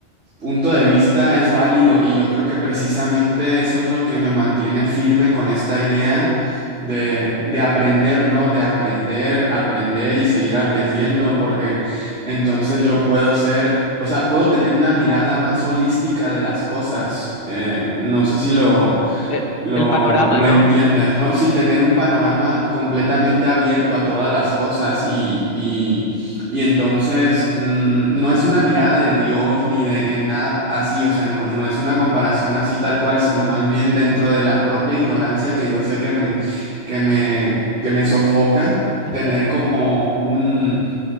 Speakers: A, on the right; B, on the left.
A: punto de vista es válido y yo creo que precisamente eso es lo que me mantiene firme con esta idea de, de aprender, ¿no? De aprender, aprender y seguir aprendiendo, porque entonces yo puedo ser, o sea, puedo tener una mirada más holística de las cosas. Eh, no sé si lo,
B: e-
A: lo,
B: el panorama,
A: lo
B: ¿no?
A: entiendes, ¿no? Sí, tener un panorama completamente abierto a todas las cosas y, y, y entonces mm, no es una mirada de Dios ni de nada así, o sea, no, no es una comparación así tal cual, sino más bien dentro de la propia ignorancia que yo sé que me, que me, que me sofoca,
B: Ujú,
A: tener como un